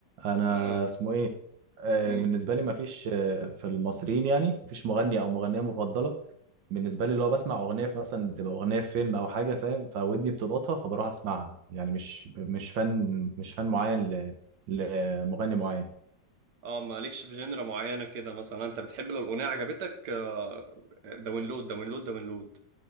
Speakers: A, on the right; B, on the right.
A: انا
B: اه
A: اسمه ايه آه،
B: امم
A: بالنسبة لي مفيش آه، في المصريين يعني مفيش مغني او مغنية مفضلة بالنسبة لي اللي هو بسمع اغنية في مثلا بتبقى اغنية في فيلم او حاجة فاهم فودني بتلقطها فبروح اسمعها يعني مش مش فن مش فن معين ل- لمغني معين
B: اه مالكش في جنرا معينه كده مثلا انت بتحب لو الاغنيه عجبتك آه، داونلود داونلود داونلود